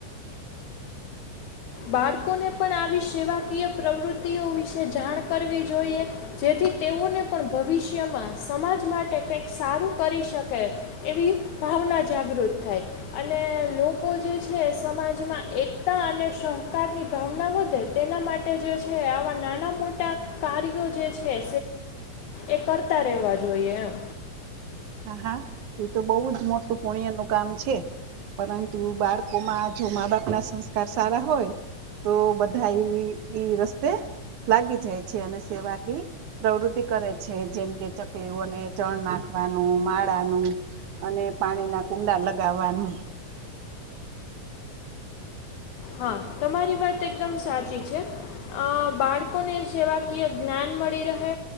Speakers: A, on the left; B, on the right.
A: બાળકોને પણ આવી સેવાકીય પ્રવૃતિઓ વિશે જાણ કરવી જોઈએ, જેથી. તેઓને પણ ભવિષ્યમાં સમાજ, માટે કંઈક સારું કરી શકે એવી ભાવના જાગૃત થાય અને લોકો જે છે, સમાજમાં એકતા અને સહ કારની ભાવના વધે તેના માટે જે છે, આવા નાના મોટા કાર્યો જે છે. એ કરતા રહેેવા જોઈએ, એમ
B: હા, હા એ તો બહુજ મોટુ પુણ્ય નું કામ છે. પરંતુ બાળકોમા જો, મા બાપ ના સંસ્કાર સારા હોય. તો બધા એ ઈ, રસ્તે લાગી જાય છે, અને સેવાકી પ્રવૃત્તિ કરે છે, જેમ કે ચકલીઓને ચણ નાખવા માળાનું, અને પાણી ના કુંડા લગાવવાનું
A: હા, તમારી વાત એકદમ સાચી છે. અ બાળકોને, સેવાકીય જ્ઞાન મળી રહે